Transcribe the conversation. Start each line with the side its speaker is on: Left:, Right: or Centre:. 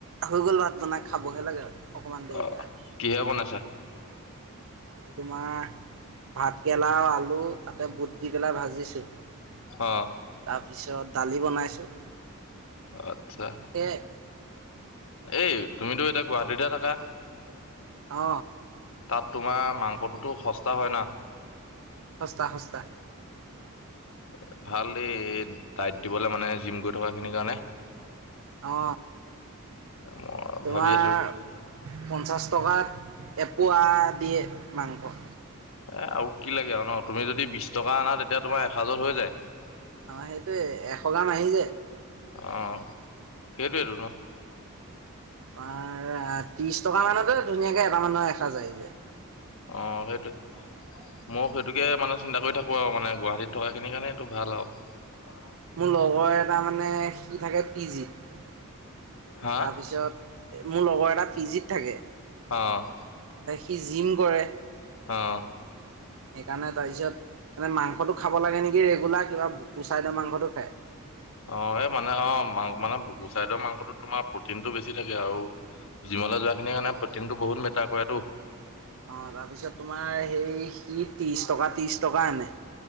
Right: হৈ গ'ল ভাত বন খাবহে লাগে অকণমান দেৰিকৈ
Left: অ
Right: আৰু
Left: কিহে বনাইছা?
Right: আজি তোমাৰ ভাতকৰেলাও আলু তাতে বুট দি পেলাই ভাজিছোঁ তছ
Left: অ
Right: তাৰপিছত দালি বনাইছোঁ।
Left: আত্ছা
Right: সেয়াই
Left: এই তুমিতো এতিয়া গুৱাহাটীতে থাকা।
Right: অ!
Left: তাত তোমাৰ মাংসটোতো সস্তা হয় না
Right: সস্তা সস্তা!
Left: এ ভাল এই ডাইট দিবলৈ মানে জিম গৈ থকা খিনিৰ কাৰণে,
Right: অ
Left: মই
Right: তোমাৰ
Left: ভাবি আছো
Right: পঞ্চাছ টক এ মাংস
Left: এ আৰু কি লাগে আৰু ন তুমি যদি বিশ টকা আনা তেতিয়া তোমাৰ এ হাজাৰ হৈ যায়।
Right: অ সেইটো এশ গাম আহি যে
Left: অ সেইটোইটো ন
Right: তোমাৰ ত্ৰিশ টকা মানতো ধুনীয়াকে এটা মানৰ এখা যায় যে
Left: অ সেইটো মই সেইটোকে মানে চিন্তা কৰি থাকো আৰু মানে গুৱাহাটীত থকাখিনি কাৰণে এইটো ভাল আৰু
Right: মোৰ লগৰ এটা মানে, সি থাকে পি জিত।
Left: হা
Right: তাৰপিছত মোৰ লগৰ এটা পি জিত থাকে
Left: অ'
Right: সি জিম কৰে
Left: অ'
Right: সেইকাৰণে তাৰপিছত, মানে মাংসটো খাব লাগে নেকি ৰেগুলাৰ, কিবা বুকুচাইদৰ মাংসটো খায়।
Left: অ', এই মানে অ, মাং মানে বুকু চাইডৰ মাংসটোত তোমাৰ প্ৰটিনটো বেছি থাকে আৰু জিমলৈ যোৱাখিনিৰ কাৰণে প্ৰটিনটো বহুত মেটাৰ কৰেতো।
Right: অ' তাৰপিছত তোমাৰ সেই সি ত্ৰিছ টকা ত্ৰিছ টকা এনে।